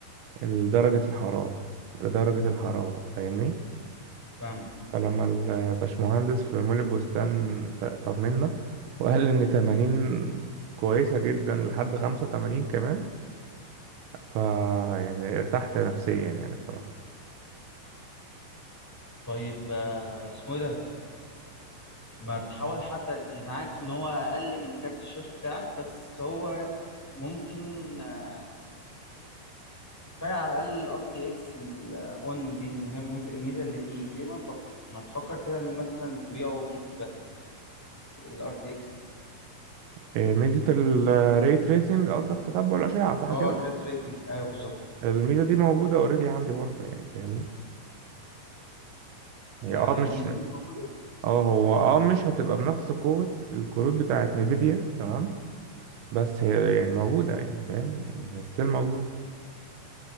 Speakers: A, on the right; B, in the centre.
A: درجة الحرارة درجة الحرارة فاهمني
B: فاهمك
A: فلما الباشمهندس في مول البستان ف- طمنا وقال إن تمانين كويسة جدا لحد خمسة وتمانين كمان ف يعني ارتحت نفسيا يعني بصراحة
B: طيب آه، اسمه إيه ده ما تحاول حتى انا عارف ان هو اقل من كارت الشاشه بتاعك بس هو ممكن آه، كفايه على الاقل الار تي اكس الاون دي اللي هي المز- الميزه اللي فيه ليه ما فكر ما تفكر كده ان مثلا تبيعه وتجيب الار تي اكس
A: إيه، ميزة الري تريسنج قصدك تتبع الأشعة صح
B: اه
A: كده؟
B: الريت ريسنج ايوه بالظبط
A: الميزة دي موجودة اوريدي عندي برضه يعني فاهمني؟ هي
B: آه،
A: اه مش
B: الميزه دي موجوده
A: اه هو اه مش هتبقى بنفس قوة الكروت بتاعت نيفيديا تمام؟ بس هي يعني موجودة يعني فاهم؟ يعني هي ستيل موجودة